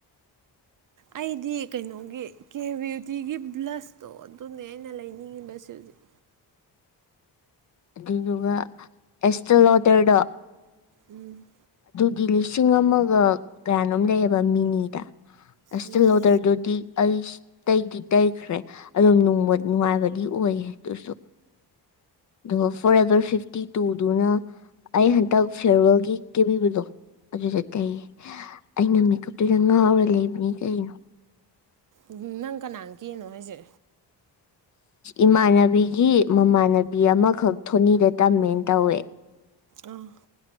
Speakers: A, on the right; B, on the left.
A: ꯑꯩꯗꯤ ꯀꯩꯅꯣꯒꯤ ꯀꯦ ꯕꯤꯌꯨꯇꯤꯒꯤ ꯕ꯭ꯂꯁ ꯇꯣ ꯑꯗꯨꯅꯦ ꯑꯩꯅ ꯂꯩꯅꯤꯡꯉꯤꯕꯁ ꯍꯧꯖꯤꯛ
B: ꯑꯗꯨꯗꯨꯒ ꯑꯦꯁ ꯂꯣꯗꯔꯗꯣ
A: ꯎꯝ
B: ꯗꯤ ꯂꯤꯁꯤꯡ ꯑꯃꯒ ꯀꯌꯥꯅꯣꯝ ꯂꯩꯌꯦꯕ ꯃꯤꯅꯤꯗ ꯑꯁꯜꯗꯔ
A: ꯎꯝ
B: ꯗꯗꯤ ꯑꯩꯁ ꯇꯩꯗꯤ ꯇꯩꯈ꯭ꯔꯦ ꯑꯗꯨꯝ ꯅꯨꯡꯉꯥꯏꯕꯗꯤ ꯑꯣꯏꯌꯦ ꯑꯗꯨꯁꯨ ꯑꯗꯨꯒ ꯐꯣꯔ ꯑꯦꯚꯔ ꯐꯤꯐꯇꯤ ꯇꯨꯗꯨꯅ ꯑꯩ ꯍꯟꯇꯛ ꯐꯤꯌꯔꯋꯦꯜꯒꯤ ꯀꯦꯕꯤꯕꯗꯣ ꯑꯗꯨꯖꯤ ꯁꯇ ꯑꯩꯅ ꯃꯦꯀꯞꯇꯨꯗ ꯉꯥꯎꯔ ꯂꯩꯕꯅꯤ ꯀꯩꯅꯣ
A: ꯎ ꯅꯪ ꯀꯅꯥ ꯀꯦꯔꯤꯅꯣ ꯍꯥꯏꯁꯦ
B: ꯏꯃꯥꯟꯅꯕꯤꯒꯤ ꯃꯃꯥꯟꯅꯕꯤ ꯑꯃꯈꯛ ꯊꯣꯅꯤꯗ ꯇꯝꯃꯦꯅ ꯇꯧꯋꯦ
A: ꯑꯥ